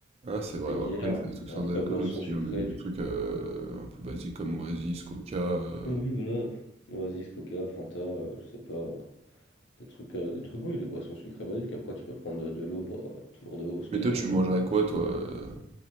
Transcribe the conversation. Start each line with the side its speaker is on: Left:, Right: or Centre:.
Right: Ah, c'est vrai,
Left: des bières.
Right: ouais, après, il faut des trucs sans
Left: Après,
Right: alcool
Left: boissons
Right: aussi,
Left: sucrées.
Right: hein, des, des
Left: Tu...
Right: trucs euh, un peu basiques comme Oasis, Coca. euh.
Left: Oui, voilà. Oasis, Coca, Fanta, euh, je sais pas. Des trucs, euh, des trucs, oui, des boissons sucrées basiques. Après, tu peux prendre de, de l'eau, bah, toujours de l'eau, parce qu'il
Right: Mais toi,
Left: y a des
Right: tu
Left: gens qui
Right: mangerais
Left: aiment. euh.
Right: quoi, toi euh,